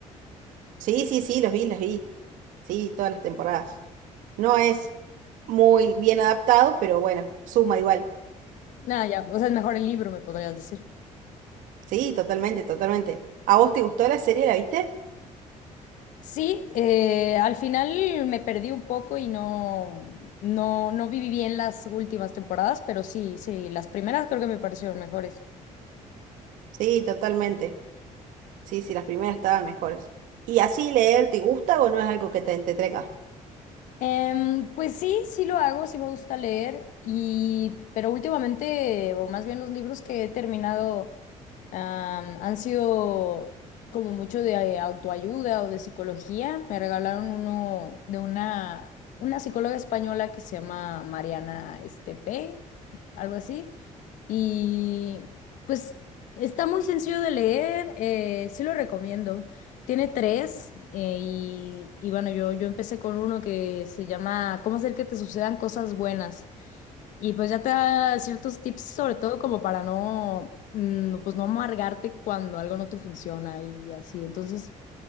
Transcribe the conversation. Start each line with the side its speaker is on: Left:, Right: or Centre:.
Right: <laughs> Sí, sí, sí, los vi, los vi. Sí, todas las temporadas. No es muy bien adaptado, pero bueno, suma igual.
Left: Nada, ya, o sea, es mejor el libro, me podrías decir.
Right: Sí, totalmente, totalmente. ¿A vos te gustó la serie? ¿La viste?
Left: Sí, eh, al final me perdí un poco y no, no, no viví bien las últimas temporadas, pero sí, sí, las primeras creo que me parecieron mejores.
Right: Sí, totalmente. Sí, sí, las primeras estaban mejores. ¿Y así leer te gusta o no es algo que te entretenga?
Left: Em, pues sí, sí lo hago, sí me gusta leer, y, pero últimamente, o más bien los libros que he terminado, am, han sido como mucho de eh, autoayuda o de psicología. Me regalaron uno de una, una psicóloga española que se llama Mariana Estepe, algo así. Y pues está muy sencillo de leer, eh, sí lo recomiendo. Tiene tres eh, y, y bueno, yo, yo empecé con uno que se llama ¿Cómo hacer que te sucedan cosas buenas? Y pues ya te da ciertos tips, sobre todo como para no, mm, pues no amargarte cuando algo no te funciona y así. Entonces,